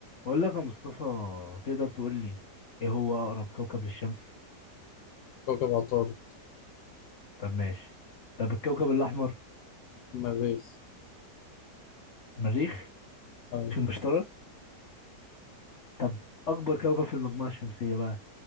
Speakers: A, on the left (about 50°); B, on the left (about 75°).
A: بقول لك يا مصطفى تقدر تقول لي ايه هو اقرب كوكب للشمس
B: كوكب عطارد
A: طب ماشي طب الكوكب الاحمر
B: المريخ
A: المريخ
B: آه.
A: في المشتري طب اكبر كوكب في المجموعه الشمسيه بقى